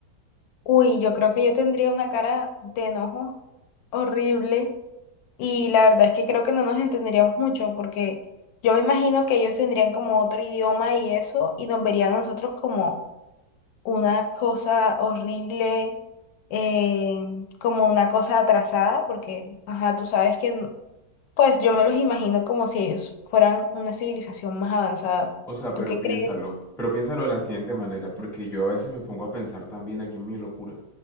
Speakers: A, on the left (about 90°); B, in the centre.
A: Uy, yo creo que yo tendría una cara de enojo horrible y la verdad es que creo que no nos entenderíamos mucho porque yo me imagino que ellos tendrían como otro idioma y eso y nos verían a nosotros como una cosa horrible, eh, como una cosa atrasada, porque, ajá, tú sabes que, n- pues yo me los imagino como si ellos fueran una civilización más avanzada.
B: O sea,
A: ¿Tú
B: pero
A: qué
B: piénsalo,
A: crees?
B: pero piénsalo de la siguiente manera, porque yo a veces me pongo a pensar también aquí en mi locura.